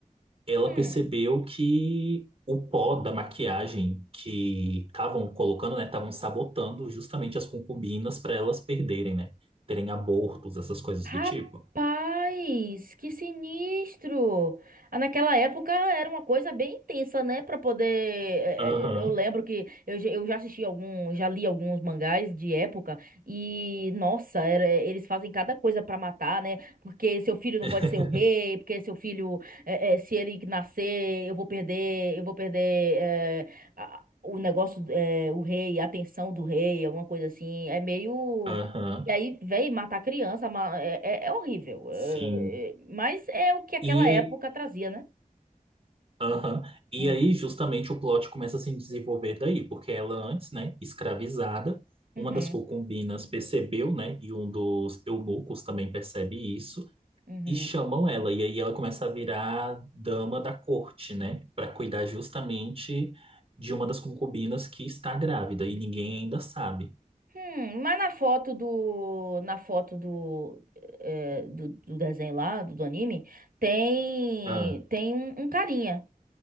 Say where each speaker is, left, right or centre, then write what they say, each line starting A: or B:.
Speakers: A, on the right; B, on the right.
A: ela
B: hum.
A: percebeu que o pó da maquiagem que estavam colocando, né, estavam sabotando justamente as concubinas para elas perderem, né, terem abortos, essas coisas
B: Rapaz,
A: do tipo.
B: que sinistro! Ah, Naquela época era uma coisa bem intensa, né? Pra poder. é,
A: Aham,
B: é, Eu lembro que eu, já- eu já assisti algum, já li alguns mangás de época e, nossa, era- eles fazem cada coisa pra matar, né? Porque seu filho não
A: <laughs>
B: pode ser o rei, porque seu filho, é, é, se ele nascer, eu vou perder, eu vou perder. é, a- o negócio, é, o rei, a atenção do rei, alguma coisa assim. É meio.
A: aham,
B: E aí, véi, matar criança ma- é, é- é horrível. É-
A: sim.
B: é- mas é o que aquela
A: E,
B: época trazia, né?
A: aham, e
B: Hum.
A: aí justamente o plot começa a se desenvolver daí, porque ela antes, né, escravizada,
B: Uhum,
A: uma das concubinas percebeu, né, e um dos eunucos também percebe isso.
B: uhum.
A: E chamam ela, e aí ela começa a virar dama da corte, né? para cuidar justamente de uma das concubinas que está grávida, e ninguém ainda sabe.
B: Hum, mas na foto do, na foto do, eh, do, do desenho lá, do, do anime, tem,
A: Ah,
B: tem um, um carinha.